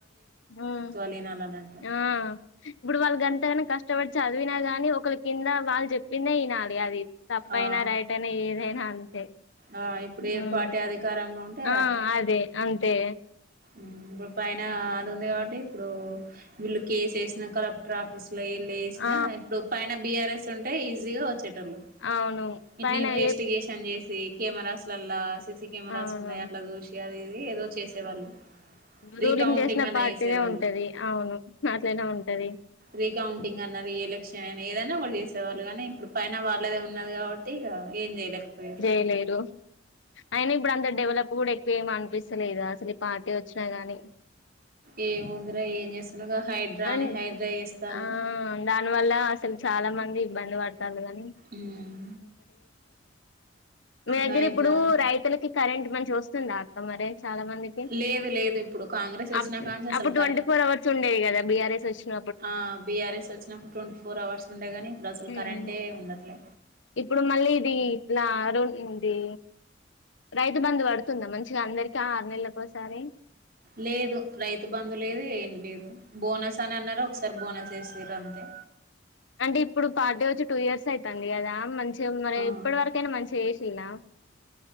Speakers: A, on the left (about 75°); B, on the right (about 50°).
A: ఉమ్
B: లేనాలనంట్ర
A: ఆఁ ఇప్పుడు వాళ్ళగంతగన కష్టపడి చదివినా గానీ ఒకళ్ళ కిందా వాళ్ జెప్పిందే యినాలి అవీబ్ తప్పైనా
B: ఆ
A: రైట్ ఐనా ఏధైనా అంతే
B: ఆ ఇప్పుడు
A: ఊఁ
B: ఏ పార్టీ అధికారంలో ఉంటే
A: ఆఁ అదే అంతే
B: ఊఁ ఇప్పుడు పైనా అదుంది కాబట్టీ ఇప్పుడూ వీళ్ళు కేసేసిన కలెక్టర్ ఆఫీస్ ఇల ఎల్లేసినా
A: ఆ
B: ఇప్పుడు పైన బిఆర్ఎస్ ఉంటే ఈజీగా వచ్చేటోళ్ళు
A: అవును
B: ఇట్లి
A: పైన
B: ఇన్వెస్టిగేషన్
A: ఏ
B: జేసీ కెమెరాస్లల్లా సీసిక్ కెమెరాస్
A: అవును
B: ఉన్నయ్ అట్లా జూసి అది ఇది ఏదో చేసేవాళ్ళు రీకౌంటింగ్
A: రూలింగ్ జేసిన
B: అన్నా
A: పార్టీనే
B: చేసేవాళ్ళు
A: ఉంటది ఔను అట్లనే ఉంటది
B: రీకౌంటింగ్ అన్న రీ ఎలక్షన్ ఐనా ఏదన్న ఒకటి జేసేవాళ్ళు గానీ ఇప్పుడు పైన వాళ్ళదే ఉన్నది కాబట్ టేగా ఏం జేయల్యక్పోయిర్రు
A: తెలేదు ఐన ఇప్పుడంత డెవలప్ గూడెక్కువేం అన్పిస్తలేదూ అసల్ ఈ పార్టీ వచ్చినా గానీ
B: ఏముందిరా ఏం జేస్తున్నగా హైడ్రాని
A: అండ్
B: హైడ్రయ్ చేస్తాళ్ళు
A: ఆ దాని వల్లా అసల్ చాలా మంది ఇబ్బంది పడతాళ్లు గానీ
B: ఉమ్
A: మీ దగ్గరిప్పుడూ
B: హైడ్రా అని
A: రైతులకి కరెంట్ మంచి గొస్తుందా అక్క మరే చాలా మంది
B: లేదు లేదు ఇప్పుడు కాంగ్రెస్ వచ్చినా
A: అప్
B: కాంచి అసలు
A: అప్పుడ్ ట్వంటీ ఫోర్ అవర్స్ ఉండేది గదా బిఆర్ఎస్ వచ్చిన
B: ఆఁ బీఆర్ఎస్ వచ్చినప్పుడు ట్వంటీ ఫోర్ అవర్స్ ఉండే గానీ ఇప్పుడ్ అసల్
A: ఉమ్.
B: కరెంటే ఉండట్లే
A: ఇప్పుడు మళ్ళీ ఇదీ ఇట్లా రూ యిందీ రైతు బందు బడుతుంద మంచిగ అందరికిీ ఆరు నెల్లకోసారీ
B: లేదు రైతు బందు లేదు ఏం లేదు బోనస్ అనన్నారు ఒకసారి బోనస్ ఏసిర్రు అంతే
A: అంటే ఇప్పుడు పార్టీ వచ్చి టూ ఇయర్స్ ఐతాంది గదా మంచిగ మరే
B: ఆ
A: ఇప్పుడువరకైనా మంచిగ ఏషిల్లా